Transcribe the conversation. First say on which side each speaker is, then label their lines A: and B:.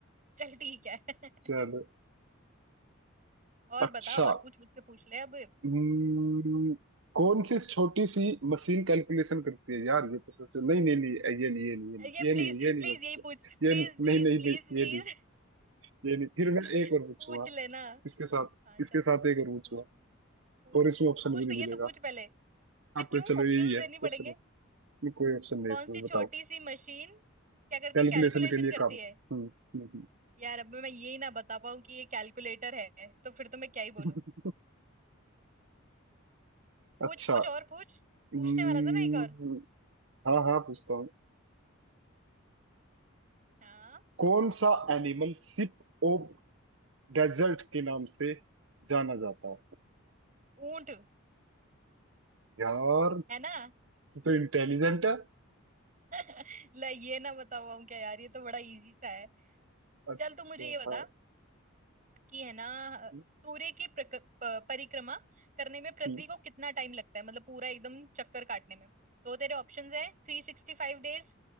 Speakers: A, on the right (about 35°); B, on the right (about 65°).
A: चल ठीक है <laughs>
B: चलो
A: और
B: अच्छा
A: बता और पूछ मुझसे पूछ ले अब
B: हम्म, कौन सी छोटी सी मशीन कैलकुलेशन करती है यार ये तो सोचो नहीं नहीं नहीं ये नहीं ये नहीं
A: ये
B: ये
A: प्लीज
B: नहीं ये नहीं ये नहीं
A: प्लीज
B: मैं पूछूंगा।
A: यही पूछ प्लीज
B: ये नहीं नहीं
A: प्लीज
B: नहीं
A: प्लीज
B: नहीं
A: प्लीज
B: ये नहीं ये नहीं फिर मैं
A: <laughs>
B: एक और पूछूंगा
A: पूछ लेना
B: इसके साथ
A: हाँ चल
B: इसके साथ एक और पूछूंगा
A: पूछ पूछ पूछ
B: और इसमें ऑप्शन
A: पूछ
B: भी नहीं
A: तो ये
B: मिलेगा
A: तो पूछ पहले फिर
B: हाँ
A: क्यों
B: तो चलो
A: ऑप्शंस
B: यही है
A: देनी
B: क्वेश्चन
A: पड़ेंगे
B: है कोई ऑप्शन नहीं
A: कौन
B: इसमें
A: सी
B: बताओ
A: छोटी सी मशीन क्या करती
B: कैलकुलेशन
A: कैलकुलेशन
B: के लिए
A: करती
B: काम
A: है
B: हम्म हम्म
A: यार अब मैं यही ना बता पाऊँ कि ये कैलकुलेटर है तो फिर तो मैं क्या ही
B: हम्म।
A: बोलूं पूछ
B: अच्छा
A: पूछ और पूछ पूछने
B: हम्म,
A: वाला था ना एक और
B: हाँ हाँ पूछता हूँ
A: हाँ
B: कौन सा एनिमल
A: ऊ-
B: सिप ऑफ डेजर्ट के नाम से जाना जाता है
A: ऊंट
B: यार
A: है ना
B: तू तो इंटेलिजेंट है
A: <laughs> ला ये ना बता पाऊँ क्या यार ये तो बड़ा इजी सा है
B: अच्छा
A: चल तू मुझे ये बता
B: हाँ
A: कि है ना
B: हम्म,
A: सूर्य की प्रक, प- परिक्रमा करने में पृथ्वी
B: हम्म,
A: को कितना टाइम लगता है मतलब पूरा एकदम चक्कर काटने में तो तेरे ऑप्शंस है थ्री सिक्सटी फाइव डेज